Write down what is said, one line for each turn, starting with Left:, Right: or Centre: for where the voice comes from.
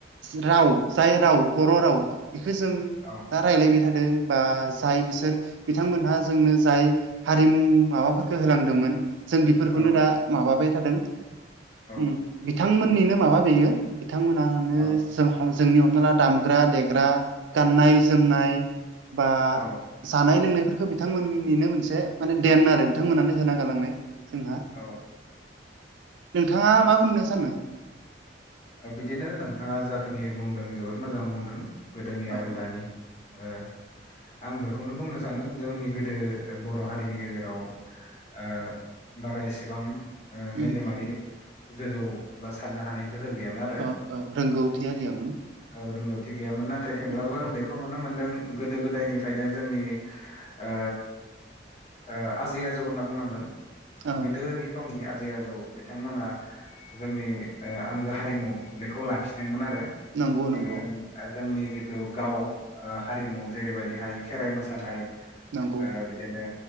Right: राव जाय राव बर' राव बेखो जों
Left: औ
Right: दा रायलायबाय थादों बा जाय बिसोर बिथांमोनहा जोंनो जाय हारिमु उम माबाफोरखौ होलांदोंमोन जों बेफोरखौनो
Left: औ
Right: दा माबाबाय थादों
Left: औ
Right: उम, बिथांमोननिनो माबा बेयो बिथांमोनानो
Left: औ
Right: जों जोंनि हमना ला दामग्रा देग्रा गाननाय जोमनाय, बा
Left: औ
Right: जानाय लोंनायफोरखौ बिथांमोननिनो मोनसे माने देन आरो बिथांमोनानो होना गालांनाय जोंहा
Left: औ
Right: नोंथाङा मा होननो सानो?
Left: बिदिनो नोंथाङा जाखिनि बुंदों जोबोद मोजां बुंदों गोदोनि आरो
Right: औ
Left: दानि ओ आं बेखौनो बुंनो सानो जोंनि गोदो बर' हारिनि गेजेराव ओ बारा एसेबां ओ मेलेमारि
Right: उम
Left: गोजौ बा साननो हानाय, गोहो गैयामोन आरो
Right: औ औ रोंगौथिया गैयामोन
Left: औ रोंथि गैयामोन नाथाय थेवब्लाबो
Right: उम
Left: बे खौ नुनो मोनदों गोदो गोदायनिफ्रायनो जोंनि ओ ओ आजै आजौ होनना बुंनांगोन,
Right: औ
Left: गोदोनि समनि आजै आजौ बिथांमोना जोंनि आंगो हारिमु बेखौ लाखिदोंमोन आरो
Right: नंगौ नंगौ
Left: जों जोंनि जिथु गाव हारिमु जेरैबायदिहाय खेराइ मोसानाय
Right: नंगौ
Left: बिदिनो